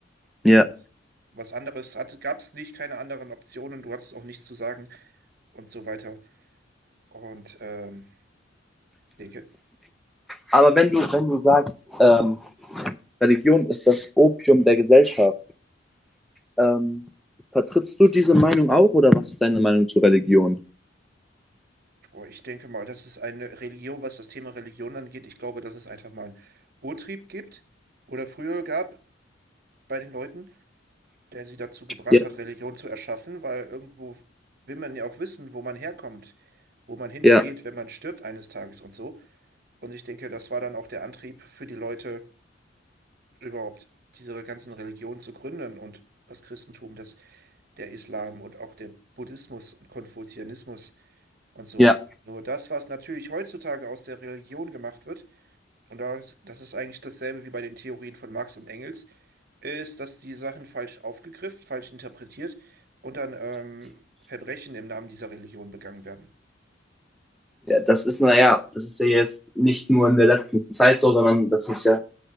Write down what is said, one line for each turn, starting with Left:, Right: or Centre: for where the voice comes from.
Centre: ja.
Right: Und was anderes hat, gab es nicht, keine anderen Optionen, du hattest auch nichts zu sagen und so weiter. Und ähm, denke,
Centre: Aber wenn du, wenn du sagst, ähm, Religion ist das Opium der Gesellschaft, ähm, vertrittst du diese Meinung auch oder was ist deine Meinung zu Religion?
Right: boah, ich denke mal, das ist eine Religion, was das Thema Religion angeht. Ich glaube, dass es einfach mal einen Urtrieb gibt oder früher gab bei den Leuten der sie dazu gebracht
Centre: Ja,
Right: hat, Religion zu erschaffen, weil irgendwo will man ja auch wissen, wo man herkommt, wo man hingeht,
Centre: ja,
Right: wenn man stirbt eines Tages und so. Und ich denke, das war dann auch der Antrieb für die Leute, überhaupt diese ganzen Religionen zu gründen und das Christentum, das, der Islam und auch der Buddhismus und Konfuzianismus und so.
Centre: ja.
Right: Nur das, was natürlich heutzutage aus der Religion gemacht wird, und das, das ist eigentlich dasselbe wie bei den Theorien von Marx und Engels, ist, dass die Sachen falsch aufgegriffen, falsch interpretiert und dann ähm, Verbrechen im Namen dieser Religion begangen werden.
Centre: Ja, das ist, naja, das ist ja jetzt nicht nur in der letzten Zeit so, sondern das ist ja